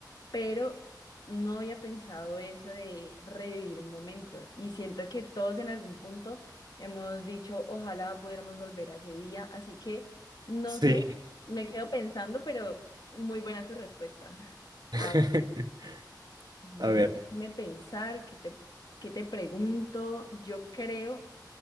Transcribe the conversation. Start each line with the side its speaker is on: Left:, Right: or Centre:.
Left: pero no había pensado eso de revivir un momento y siento que todos en algún punto hemos dicho, ojalá pudiéramos volver a ese día, así que no
Right: Sí.
Left: sé, me quedo pensando, pero muy buena tu respuesta.
Right: <laughs>
Left: A ver, mm,
Right: A ver.
Left: déjame pensar, que te, qué te pregunto? Yo creo,